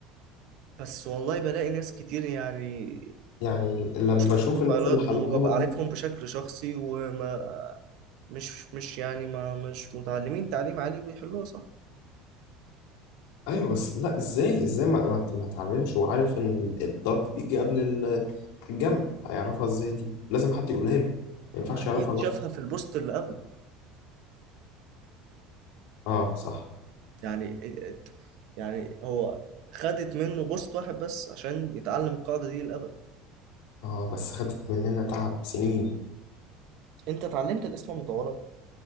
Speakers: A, on the right; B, on the left.
A: بس والله بلاقي ناس كتير يعني
B: يعني لما
A: بشوف
B: بشوف
A: بروفايلاتهم
B: الناس اللي حلها
A: وببقى
B: غلط
A: عارفهم
B: دي
A: بشكل شخصي وما مش مش يعني ما مش متعلمين تعليم عالي وبيحلوها صح
B: ايوه بس لا ازاي ازاي ما ما ما اتعلمش وعارف ان الضغط بيجي قبل ال- الجمع هيعرفها ازاي دي لازم حد يقولها له ما ينفعش
A: ما اكيد
B: يعرفها لوحده
A: شافها في البوست اللي قبله
B: اه صح
A: يعني ات- يعني هو خدت منه بوست واحد بس عشان يتعلم القاعدة دي للأبد
B: اه بس خدت مننا تعب سنين
A: انت اتعلمت الاسم المتطلب